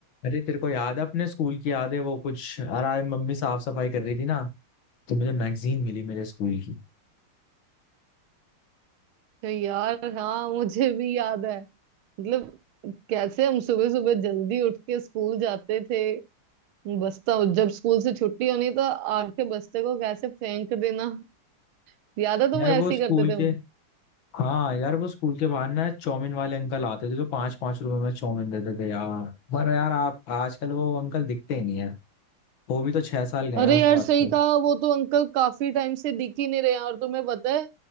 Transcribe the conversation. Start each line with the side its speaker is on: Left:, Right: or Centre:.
Left: अरे तेरे को याद है अपने स्कूल की याद है वो कुछ यार आज मम्मी साफ सफाई कर रही थी ना तो मुझे मैगजीन मिली मेरे स्कूल की
Right: तो यार हाँ मुझे भी याद है मतलब कैसे हम सुबह सुबह जल्दी उठ के स्कूल जाते थे बस्ता जब स्कूल से छुट्टी होनी तो आके बस्ते को कैसे फेंक देना याद है तुम
Left: यार
Right: ऐसे
Left: वो स्कूल
Right: ही करते थे
Left: के हाँ यार वो स्कूल के बाहर ना चौमिन वाले अंकल आते थे जो पांच पांच रुपए में चौमिन देते थे यार पर यार आप आजकल वो अंकल दिखते ही नहीं है वो भी तो छह साल गए
Right: अरे
Left: हैं उस
Right: यार
Left: बात
Right: सही
Left: को
Right: कहा वो तो अंकल काफी टाइम से दिख ही नहीं रहे हैं और तुम्हें पता है